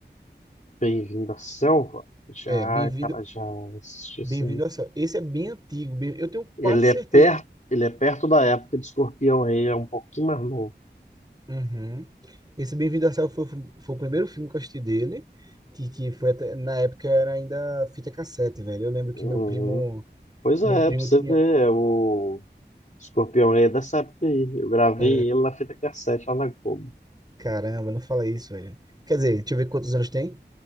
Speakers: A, on the left (about 40°); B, on the right (about 20°).
A: Bem-vindo à Selva? Já,
B: É, Bem-vindo,
A: cara, já assisti
B: Bem-vindo
A: assim.
B: à Selva. Esse é bem antigo, bem- eu tenho
A: Ele
B: quase certeza.
A: é perto, ele é perto da época de Escorpião Rei, é um pouquinho mais novo.
B: Uhum. Esse Bem-vindo à Selva foi, foi o primeiro filme que eu assisti dele, que, que foi até, na época era ainda fita cassete, velho. Eu lembro
A: Uhum.
B: que meu primo,
A: Pois
B: meu
A: é,
B: primo
A: pra você
B: tinha,
A: ver, é o Escorpião Rei é dessa época aí. Eu gravei
B: é,
A: ele na fita cassete lá na Globo.
B: caramba, não fala isso, velho. Quer dizer, deixa eu ver quantos anos tem.